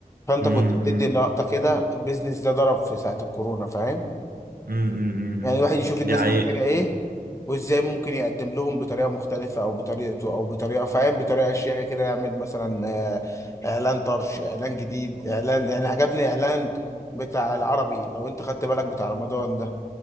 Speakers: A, on the left; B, on the right.
A: فانت
B: امم
A: كنت بتدي
B: امم
A: لقطه كده البيزنس ده ضرب في ساعه الكورونا فاهم
B: امم أمم،
A: يعني
B: أمم.
A: الواحد يشوف الناس
B: دي حقيقة
A: محتاجة ايه وازاي ممكن يقدم لهم بطريقة مختلفة او بطريقته او بطريقة فاهم بطريقة شياكة كده يعمل مثلا آه، اعلان طرش اعلان جديد اعلان يعني عجبني اعلان بتاع العربي لو انت خدت بالك بتاع رمضان ده